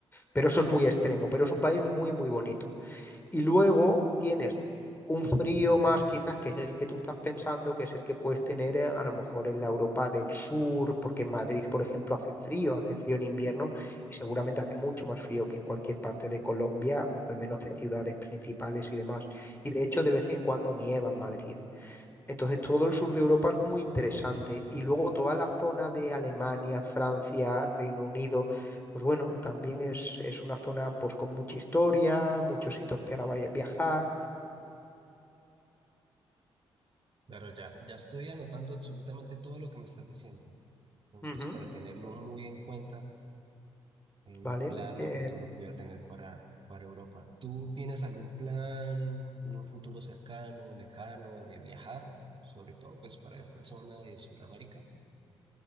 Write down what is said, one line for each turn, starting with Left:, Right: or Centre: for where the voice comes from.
Left: Pero eso es muy extremo, pero es un país muy, muy bonito. Y luego tienes un frío más quizás que es el que tú estás pensando, que es el que puedes tener eh, a lo mejor en la Europa del Sur, porque en Madrid, por ejemplo, hace frío, hace frío en invierno y seguramente hace mucho más frío que en cualquier parte de Colombia, al menos de ciudades principales y demás. Y de hecho de vez en cuando nieva en Madrid. Entonces todo el sur de Europa es muy interesante y luego toda la zona de Alemania, Francia, Reino Unido, pues bueno, también es, es una zona pues con mucha historia, muchos sitios para vaya- viajar,
Right: Claro, ya, ya estoy anotando absolutamente todo lo que me estás diciendo. Entonces,
Left: Ujú.
Right: para tenerlo muy en cuenta en
Left: ¿vale?
Right: mi plan
Left: Eh,
Right: a futuro que voy a tener para, para Europa. ¿Tú tienes algún plan en un futuro cercano, lejano, de viajar? Sobre todo, pues, para esta zona de Sudamérica.